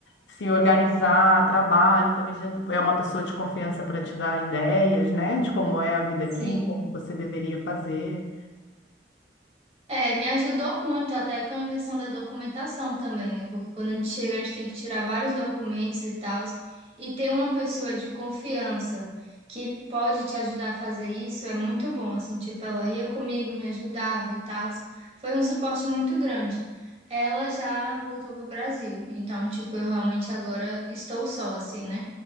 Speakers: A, on the left; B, on the right.
A: se organizar, trabalho, também já é uma pessoa de confiança para te dar ideias, né, de como é a vida aqui,
B: sim.
A: como você deveria fazer.
B: É, me ajudou muito até com a questão da documentação também, né? Porque quando a gente chega, a gente tem que tirar vários documentos e tal, e ter uma pessoa de confiança que pode te ajudar a fazer isso é muito bom, assim, tipo, ela ia comigo, me ajudava e tal. Foi um suporte muito grande. Ela já voltou pro Brasil, então, tipo, eu realmente agora estou só, assim, né?